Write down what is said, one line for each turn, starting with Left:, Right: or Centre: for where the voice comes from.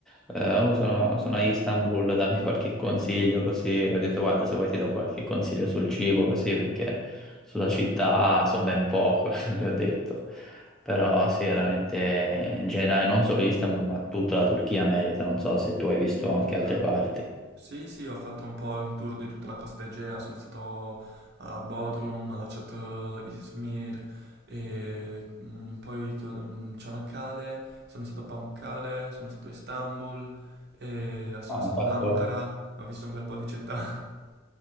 Centre: eh, "Oh, sono, sono a Istanbul, dammi qualche consiglio così, e ho detto guarda se vuoi ti do qualche consiglio sul cibo così perché sulla città so ben poco, <laughs> le ho detto. Però sì, veramente in generale non solo Istanbul, ma tutta la Turchia merita, non so se tu hai visto anche altre
Right: Certo.
Centre: parti.
Right: Sì, sì, ho fatto un po' un tour di tutta la costa Egea, sono stato a Bodrum, alla Chateau Izmir, e Poi Chio- Cianakkale, sono stato a Pamukkale, sono stato a Istanbul, e sono
Centre: Ha
Right: stato
Centre: fatto
Right: ad Ankara, ho visto un bel po' di città. <laughs>